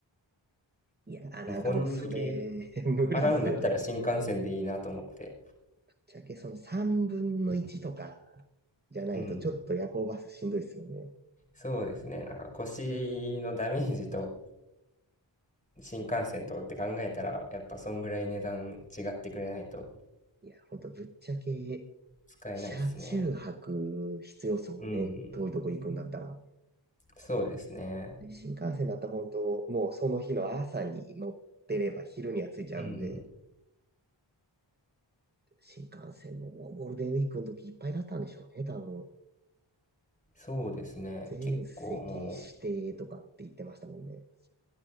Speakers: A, on the right; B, on the left.
A: いやー、なんかもうそれ、
B: この時
A: <laughs> 無理っすよね。
B: 払うんだったら新幹線でいいなと思って。
A: ぶっちゃけその3分の1とかじゃないとちょっと夜行バスしんどいっすよね。
B: うん。そうですね。なんか腰のダメージと新幹線とって考えたら、やっぱそんぐらい値段違ってくれないと
A: いや、ほんとぶっちゃけ、
B: 使えないっすね。
A: 車中泊必要っすもんね。
B: うん。
A: 遠いとこ行くんだったら。
B: そうですね。
A: で新幹線だったら本当、もうその日の朝に乗ってれば昼には着いちゃうんで、
B: うん。
A: 新幹線ももうゴールデンウィークの時いっぱいだったんでしょうね、多分。
B: そうですね。
A: 全席指定とかって言ってましたもんね。
B: 結構もう、